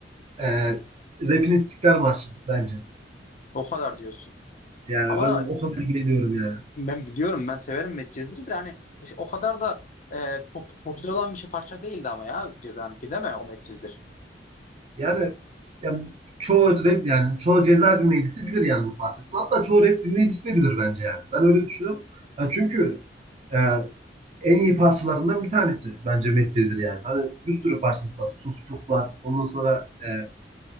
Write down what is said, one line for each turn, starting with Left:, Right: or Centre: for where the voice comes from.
Right: E, Rap'in İstiklal Marşı bence.
Left: O kadar diyorsun.
Right: Yani
Left: Ama
Right: ben o kadar beğeniyorum yani.
Left: ben biliyorum ben severim Medcezir'i de hani işte o kadar da e, pop, popüler olan bir şey parça değildi ama ya Ceza'nınki değil mi o Medcezir?
Right: Yani, yani çoğu rap yani çoğu ceza dinleyicisi bilir yani bu parçasını. Hatta çoğu rap dinleyicisi de bilir bence yani. Ben öyle düşünüyorum. Yani çünkü e, en iyi parçalarından bir tanesi bence Medcezir yani. Hani bir sürü parçası var. Sus Pus var. Ondan sonra e,